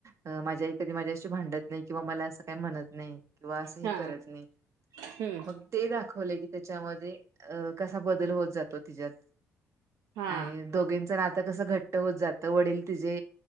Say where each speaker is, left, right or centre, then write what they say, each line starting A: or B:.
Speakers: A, on the right; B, on the right.
A: अ माझ्या आई कधी माझ्याशी भांडत नाही किंवा मला असं काही म्हणत नाही. किंवा असंही
B: हा
A: करत नाही,
B: हम्म
A: मग ते दाखवलय की त्याच्यामध्ये. अ कसा बदल होत जातो तिज्यात,
B: हा
A: आणि दोघीच नाता कसं घट्ट होत जातं वडीलल तिजे